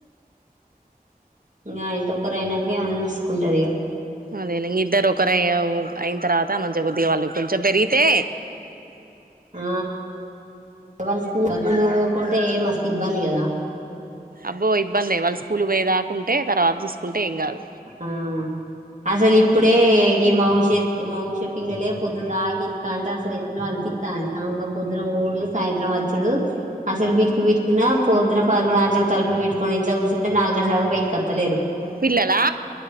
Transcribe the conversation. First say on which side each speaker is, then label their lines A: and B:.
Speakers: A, on the right; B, on the right.
A: ఇంగ ఆయింతొకరు ఐనక ఏమనా చూసుకుంటది ఇగ.
B: అదే లే ఇగ ఇద్దరు ఒకరు అయిన తర్వాత మంచిగా కొద్దిగ వాళ్ళు కొంచం పెరిగితే
A: ఆ వాళ్ళ స్కూల్ స్కూల్ పోకుంటే మస్తు ఇబ్బంది కదా
B: అబ్బో ఇబ్బంది వాళ్ళు స్కూల్ పోయే దాకుంటే తర్వాత చూసుకుంటే ఏం కాదు
A: ఆ అసలు ఇప్పుడే ఈ మవిష మవిష పిల్లలే పొద్దున్నందక ఇంటికాన్నె ఉంటే అసలు ఏట్లనో కత్త అది గా పొద్దున పోవుడు సాయంత్రం వచ్చుడు అసలు బిటుకు బిట్టుకున్న పొద్దున పదకొండు గంటలకు తలుపులు పెట్టుకొని ఇంట్ల కూర్చంటే నాలుగు గంటల దాకా బయటికి వత్తలేరు
B: పిల్లలా